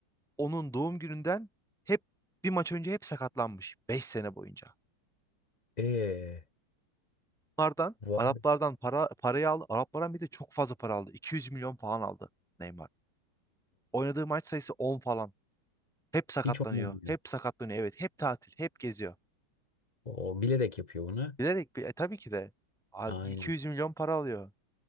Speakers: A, in the centre; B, on the left (about 30°).
A: onun doğum gününden hep bir maç önce hep sakatlanmış. 5 sene boyunca.
B: Eee.
A: Araplardan
B: Vay.
A: Araplardan para parayı aldı. Araplardan bir de çok fazla para aldı. 200 milyon falan aldı Neymar. Oynadığı maç sayısı 10 falan. Hep sakatlanıyor.
B: Hiç oynamıyor.
A: Hep sakatlanıyor. Evet, hep tatil, hep geziyor.
B: O bilerek yapıyor bunu.
A: Bilerek bir e, tabii ki de A-
B: Aynen.
A: 200 milyon para alıyor.